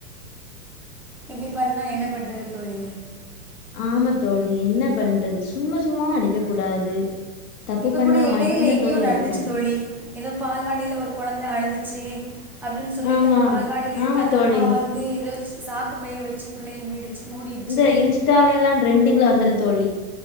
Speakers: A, in the centre; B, on the left.
A: இப்படி பண்ணா என்ன பண்றது தோழி
B: ஆமா தோழி என்ன பண்றது சும்மா சும்மாவும் அடிக்க கூடாது தப்பு
A: இப்போ
B: பண்ணா
A: கூட இடையில
B: மட்டும்தான்
A: எங்கயோ
B: தோழி
A: நடந்துச்சு
B: அடிக்கணும்
A: தோழி ஏதோ பால்வாடியில ஒரு குழந்த அழுதுச்சு அப்படின்னு சொல்லிட்டு
B: ஆமா
A: அந்த பால்வாடியில் இருக்க
B: ஆமா
A: அந்த
B: தோழி
A: அம்மா வந்து ஏதோச்ச சாக்கு பைய வெச்சு பிள்ளைய மீடிச்சு மூடிடுச்சு
B: இந்த இன்ஸ்டாயில எல்லா ட்ரெண்டிங்ல வந்துரும் தோழி